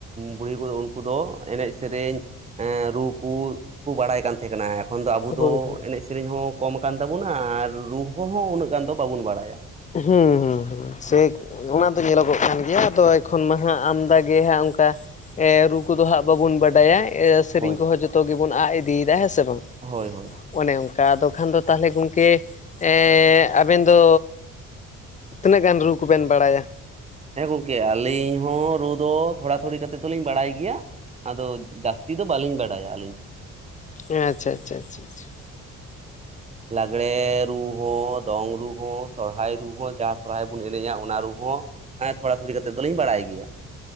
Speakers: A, on the right; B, on the left.
A: ᱵᱩᱲᱦᱤ ᱠᱚᱫᱚ ᱩᱱᱠᱩ ᱫᱚ ᱮᱱᱮᱡ ᱥᱮᱨᱮᱧ ᱮ ᱨᱩ ᱠᱩ ᱠᱚ ᱵᱟᱲᱟᱭ ᱠᱟᱱ ᱛᱮᱦᱮᱸ ᱠᱟᱱᱟ ᱾ ᱠᱷᱚᱱ ᱫᱚ ᱟᱵᱩ
B: ᱦᱳᱭ
A: ᱫᱚ
B: ᱦᱳᱭ
A: ᱮᱱᱮᱡ ᱥᱮᱨᱮᱧ ᱦᱚᱸ ᱠᱚᱢ ᱟᱠᱟᱱ ᱛᱟᱵᱩᱱᱟ, ᱟᱨ ᱨᱩ ᱠᱚᱦᱚᱸ ᱩᱱᱟᱹᱜ ᱜᱟᱱ ᱫᱚ ᱵᱟᱵᱩᱱ ᱵᱟᱲᱟᱭᱟ ᱾
B: ᱦᱩᱸ ᱦᱩᱸ ᱦᱩᱸ ᱥᱮ ᱚᱱᱟ ᱫᱟ ᱧᱮᱞᱚᱜᱚᱜ ᱠᱟᱱ ᱜᱮᱭᱟ, ᱟᱫᱚ ᱮᱠᱷᱚᱱ ᱢᱟ ᱦᱟᱸᱜ ᱟᱢᱫᱟ ᱜᱮ ᱦᱟᱸᱜ ᱚᱱᱠᱟ ᱮᱻ ᱨᱩ ᱠᱚᱫᱚ ᱦᱟᱸᱜ ᱵᱟᱵᱚᱱ ᱵᱟᱰᱟᱭᱟ ᱾ ᱮᱻ ᱥᱮᱨᱮᱧ
A: ᱦᱳᱭ
B: ᱠᱚᱦᱚᱸ
A: ᱦᱳᱭ
B: ᱡᱚᱛᱚ ᱜᱮᱵᱚᱱ ᱟᱜ ᱤᱫᱤᱭᱮᱫᱟ ᱦᱮᱸ ᱥᱮ ᱵᱟᱝ?
A: ᱦᱳᱭ ᱦᱳᱭ,
B: ᱚᱱᱮ ᱚᱱᱠᱟ ᱟᱫᱚ ᱠᱷᱟᱱ ᱫᱚ ᱛᱟᱞᱦᱮ ᱜᱩᱝᱠᱮ ᱮᱻ ᱟᱵᱮᱱ ᱫᱚ ᱛᱤᱱᱟᱹᱜ ᱜᱟᱱ ᱨᱩ ᱠᱚᱵᱮᱱ ᱵᱟᱲᱟᱭᱟ?
A: ᱦᱮᱸ ᱜᱚᱝᱠᱮ ᱟᱹᱞᱤᱧ ᱦᱚᱸ ᱨᱩ ᱫᱚ ᱛᱷᱚᱲᱟ ᱛᱷᱩᱲᱤ ᱠᱟᱛᱮᱫ ᱫᱚᱞᱤᱧ ᱵᱟᱲᱟᱭ ᱜᱮᱭᱟ ᱾ ᱟᱫᱚ ᱡᱟᱹᱥᱛᱤ ᱫᱚ ᱵᱟᱹᱞᱤᱧ ᱵᱟᱰᱟᱭᱟ ᱟᱹᱞᱤᱧ ᱦᱚᱸ ᱾
B: ᱟᱪᱪᱷᱟ ᱟᱪᱪᱷᱟ ᱟᱪᱪᱷᱟ ᱟᱪᱪᱷᱟ ᱾
A: ᱞᱟᱜᱽᱲᱮ ᱨᱩ ᱦᱚᱸ ᱫᱚᱝ ᱨᱩ ᱦᱚᱸ ᱥᱚᱨᱦᱟᱭ ᱨᱩ ᱦᱚᱸ ᱡᱟᱦᱟᱸ ᱥᱚᱨᱦᱟᱭ ᱵᱩᱱ ᱮᱱᱮᱡ-ᱟ ᱚᱱᱟ ᱨᱩ ᱦᱚᱸ ᱦᱮᱸ ᱛᱷᱚᱲᱟ ᱛᱷᱚᱲᱤ ᱠᱟᱛᱮᱫ ᱫᱚᱞᱤᱧ ᱵᱟᱲᱟᱭ ᱜᱮᱭᱟ ᱾